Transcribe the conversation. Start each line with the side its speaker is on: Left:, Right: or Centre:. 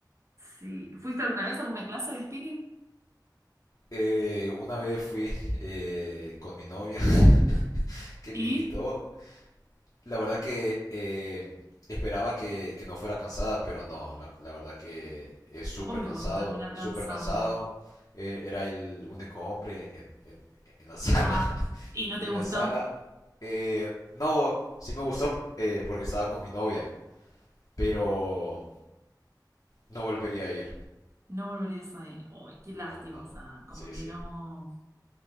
Right: Sí. ¿Fuiste alguna vez a alguna clase de spinning?
Left: Eh, una vez fui eh, con mi novia <laughs> que
Right: Y
Left: me invitó la verdad que eh, esperaba que, que no fuera cansada, pero no, la, la verdad que es súper
Right: obvio
Left: cansado,
Right: vas a terminar
Left: súper
Right: cansada.
Left: cansado. Er- Era el único hombre en, en- en la <laughs> sala,
Right: Ah, ¿y no
Left: en
Right: te gustó?
Left: la sala. Eh, no, sí me gustó eh, porque estaba con mi novia, pero no volvería a ir.
Right: No volverías a ir. Uy, qué lástima.
Left: No, no.
Right: O sea, como
Left: Sí,
Right: que
Left: sí.
Right: no,